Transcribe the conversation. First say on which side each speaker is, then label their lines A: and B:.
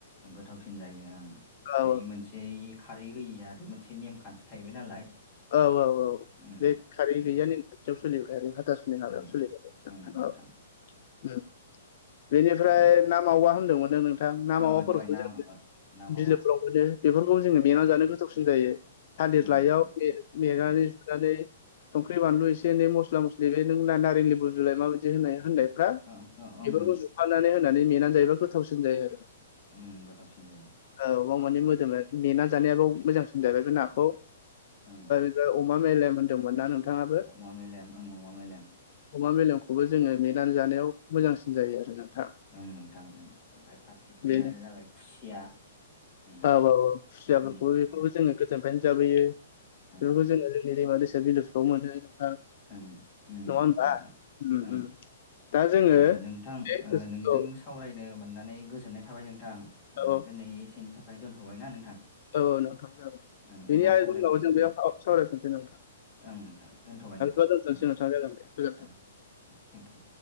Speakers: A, on the left (about 15°); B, on the left (about 50°).
A: गोथावसिन जायो ओं।
B: औ
A: दायो मोनसे इ खारै होयि आरो मोनसे नेमखान्थि थाहैबाय नालाय।
B: औ औ औ
A: उम
B: बे खारै
A: उम
B: गैयिआ नेम खानथियाव सोलिबाय आरो। हाथासुनि हाबायाव
A: ओं
B: सोलिबाय
A: ओं
B: आरो
A: नोंथां
B: औ। उम बेनिफ्राय
A: उम
B: ना मावा होन्दोंमोन नो नों थां ना
A: ओ
B: मावाबाफोरखौबो
A: दहाय ना
B: जोंङो
A: ओ ना मावा
B: बिलोफोराव मोनो बेफोरखौबो जोंङो मेना
A: ओ
B: जानो गोथावसिन जायो। थालिर
A: ओं
B: लायाव
A: नोंथां
B: मे मेनानै
A: ओं
B: जुनानै संख्रि बानलु एसे एनै मस्ला मस्लि बे नों ना नारें लिबु जुलाय माबायदि होनाया होनबाय फ्रा
A: ओं ओं ओं
B: बेफोरखौ
A: ओं
B: जुफानानै होनानै मेनानै जायोबा गोथावसिन जायो आरो।
A: ओं गोथावसिन जायो
B: औ बाव माने
A: उम
B: मोदोमनाय मेना जानायाबाव मोजांसिन जाबाय बे
A: उम
B: नाखौ।
A: उम
B: फ्राय अमा मेलेम होनदोंमोन ना नोंथांङाबो
A: ओं अमा मेलेम ओं अमा मेलेम
B: अमा मेलेम खौबो जोंङो मेनानै जानायाव मोजांसिन जायो आरो ना।
A: ओं नोंथां उम ओमफ्राय फारसेथिं
B: बेनो
A: आरो जाबाय खुसिया। उम
B: औ औ औ खुसियाफोरखौबो
A: उम खुसिया
B: बेखौबो जोंङो गोजोन निफ्रायनो जाबोयो बेफोरखौ
A: ओं
B: जोंङो जोंनि दैमा दैसा बिलोफ्रावबो मोनो।
A: ओं उम
B: नङा होमबा
A: नोंथां
B: उम
A: ओं।
B: उम दा जोङो
A: ओ नोंथां
B: बे
A: ओ नोंजों
B: औ
A: सावरायनो मोननानै गोजोननाय थाबाय नोंथां
B: औ
A: ओ दिनै एसेनि थाखाय दोन्थ'बायना नोंथां।
B: औ नोंथां जागोन
A: ओं
B: बेनि
A: उनाव
B: आरो
A: सावरायफिननोसै
B: बुंनांगौ जों बेयाव सावरायफिनसै नोंथां।
A: ओं नोंथां दोन्थ'बाय नोंथां।
B: ओ दोनथनोसै
A: ओं
B: नोंथां जागोन‌ दे गोजोनथों।
A: ओं थेंकिउ